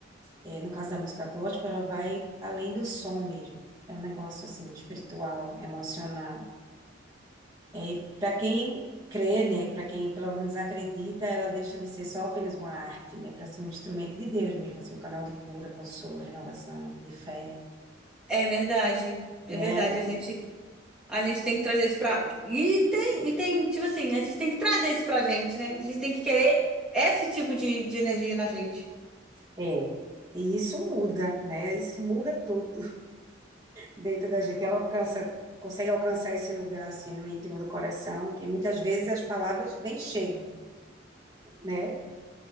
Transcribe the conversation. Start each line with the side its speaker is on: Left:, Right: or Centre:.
Right: é, no caso da música gospel, ela vai além do som mesmo, é um negócio assim, espiritual, emocional, é, para quem crê, né, para quem pelo menos acredita, ela deixa de ser só apenas uma arte, né, para ser um instrumento de Deus mesmo, assim, um canal de cura, consolo, renovação, de fé,
Centre: É verdade, é
Right: né,
Centre: verdade, a gente A gente tem que trazer isso pra. E tem, e tem, tipo assim, a gente tem que trazer isso pra gente, né? A gente tem que querer esse tipo de, de energia na gente.
Right: é, e isso muda, né, isso muda tudo. dentro da gente. Ela alcança, consegue alcançar esse lugar assim no íntimo do coração, que muitas vezes as palavras nem chegam, né?